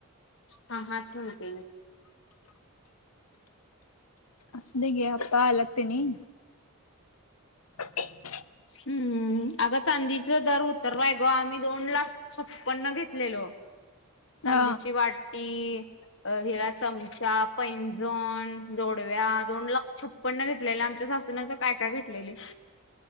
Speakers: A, on the left (about 55°); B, on the left (about 85°).
A: हा हाच म्हणते मी
B: असुदे की आता आल्यात तेनी <inaudible>
A: हम्म अगं चांदीच दर उतरलाय गं आम्ही दोन लाख छप्पन्न घेतलेलो चांदीची
B: अ
A: वाटी अ हिला चमचा, पैंजण, जोडव्या दोन लाख छप्प पन्न घेतलेलं आमच्या सासून त काय काय घेटलेली